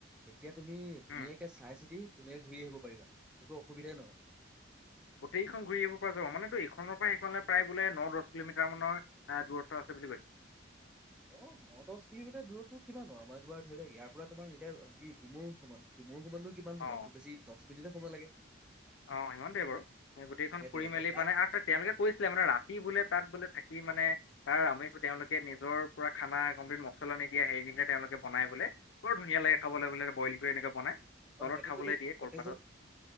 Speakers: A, in the centre; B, on the left.
A: তেতিয়া তুমি ধুনীয়াকে
B: উম
A: চাই চিতি ধুনীয়াকে ঘূৰি আহিব পাৰিবা একো অসুবিধাই নহয়
B: গোটেইখন ঘূৰি আহিব পৰা যাব মানেতো এইখনৰ পৰা সেইখনলৈ প্ৰায় বোলে ন দহ কিলোমিটাৰমানৰ অহ দূৰত্ত্ব আছে বুলি কৈছে
A: অ ন দহ কিলোমিটাৰ দূৰত্বতো কিমান নো আমাৰ ইয়াৰ পৰা ধৰি লোৱা ইয়াৰ পৰা তোমাৰ এতিয়া কি ডিমৌৰ সমান ডিমৌৰ সমানটো কিমান সময়
B: অঁ
A: খুব বেছি দহ মিনিটে সময় লাগে
B: অঁ সিমানটোৱে বাৰু গোটেইখন
A: সেইটোৱে
B: ফুৰি
A: সেইটোৱে
B: মেলি
A: তাত
B: মানে আৰু তেওঁলোকে কৈছিলে মানে ৰাতি বোলে তাত বোলে থাকি মানে তাৰ আমিষ তেওঁলোকে নিজৰ পুৰা খানা কমপ্লিট মছলা নিদিয়া হেৰি নিদিয়ে তেওঁলোকে বনাই বোলে বৰ ধুনীয়া লাগে খাবলৈ বোলে বইল কৰি এনেকৈ বনাই
A: অ
B: তলত
A: সেইটো
B: খাবলৈ
A: তুমি
B: দিয়ে
A: কটেজত
B: কলপাতত